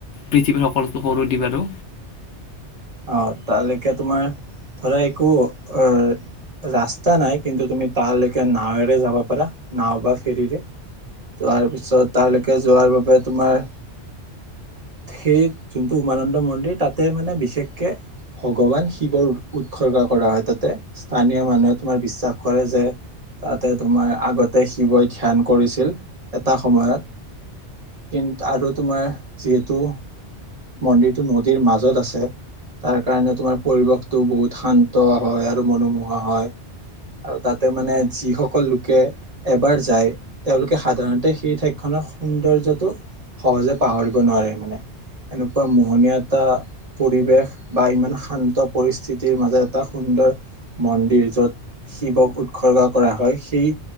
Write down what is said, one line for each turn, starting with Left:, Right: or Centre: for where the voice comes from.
Left: পৃথিৱীৰ সকল সৰু দি বাৰু
Right: অ', তালৈকে তোমাৰ ধৰা একো অ', ৰাস্তা নাই কিন্তু তুমি তালৈকে নাৱেৰে যাব পাৰা নাওঁ বা ফেৰীৰে তাৰপিছত তালৈকে যোৱাৰ বাবে তোমাৰ সেই যোনটো উমানন্দ মন্দিৰ তাতে মানে বিশেষ কে ভগৱান শিৱৰ উৎসৰ্গা কৰা হয়, তাতে স্থানীয় মানুহে তোমাৰ বিশ্বাস কৰে যে তাতে তোমাৰ আগতে শিৱই ধ্যান কৰিছিল এটা সময়ত কিন্তু আৰু তোমাৰ যিহেতু মন্দিৰটো নদীৰ মাজত আছে তাৰ কাৰণে তোমাৰ পৰিৱেশটো বহুত শান্ত হয় আৰু মনোমোহা হয় আৰু তাতে মানে যিসকল লোকে এবাৰ যায় তেওঁলোকে সাধাৰণতে সেই ঠাইতখনৰ সৌন্দৰ্যটো সহজে পাহৰিব নোৱাৰে মানে। এনেকুৱা মোহনীয়া এটা পৰিৱেশ বা ইমান শান্ত পৰিস্থিতিৰ মাজে এটা সুন্দৰ মন্দিৰ য'ত শিৱক উৎসৰ্গা কৰা হয় সেই